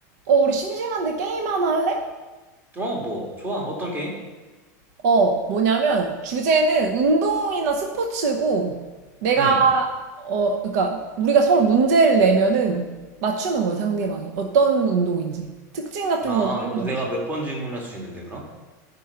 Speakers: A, on the right; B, on the right.
A: 어, 우리 심심한데 게임 하나 할래?
B: 어, 뭐, 좋아. 어떤 게임?
A: 어, 뭐냐면, 주제는 운동이나 스포츠고, 내가,
B: 응.
A: 어, 그러니까, 우리가 서로 문제를 내면은 맞추는 거야, 상대방이. 어떤 운동인지. 특징 같은
B: 아,
A: 걸 설명해.
B: 뭐 내가
A: 줘.
B: 몇 번 질문할 수 있는데, 그럼?